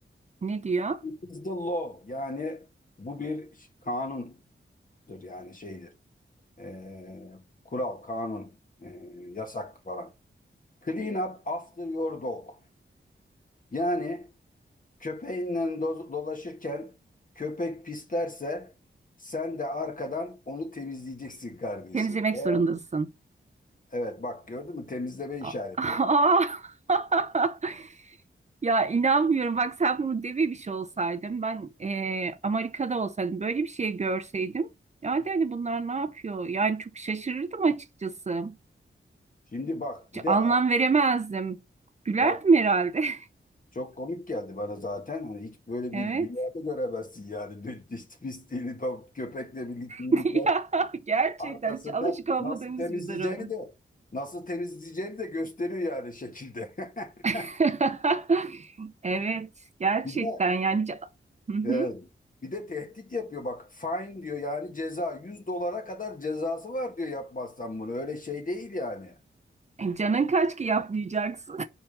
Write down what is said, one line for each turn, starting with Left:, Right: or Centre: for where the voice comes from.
Right: ne diyor?
Left: It is the law. Yani bu bir kanundur yani şeydir. e, kural, kanun, e, yasak falan. Clean up after your dog. Yani köpeğinle do- dolaşırken köpek pislerse sen de arkadan onu temizleyeceksin kardeşim.
Right: Temizlemek
Left: Evet,
Right: zorundasın.
Left: evet, bak gördün mü temizleme işareti.
Right: A- <laughs> Aa! <laughs> Ya inanmıyorum. Bak sen bunu devi bir şey olsaydın ben eee, Amerika'da olsaydım böyle bir şey görseydim ya de hani bunlar ne yapıyor? Yani çok şaşırırdım açıkçası.
Left: Şimdi bak
Right: Hiç
Left: bir de
Right: anlam veremezdim. Gülerdim
Left: bak
Right: herhalde. <laughs>
Left: çok komik geldi bana zaten. Hani hiç böyle
Right: Evet.
Left: bir dünyada göremezsin yani. <laughs> Dü- Pisliğini tam köpekle birlikte yürürken
Right: <laughs> Ya gerçekten
Left: arkasından
Right: hiç alışık olmadığımız
Left: nasıl temizleyeceğini
Right: bir durum.
Left: de nasıl temizleyeceğini de gösteriyor yani şekilde.
Right: <laughs>
Left: <laughs>
Right: Evet, gerçekten
Left: Bir de
Right: yani ca- Hı hı.
Left: evet, bir de tehdit yapıyor bak. Fine diyor yani ceza 100 dolara kadar cezası var diyor yapmazsan bunu. Öyle şey değil yani.
Right: E, canın kaç ki yapmayacaksın.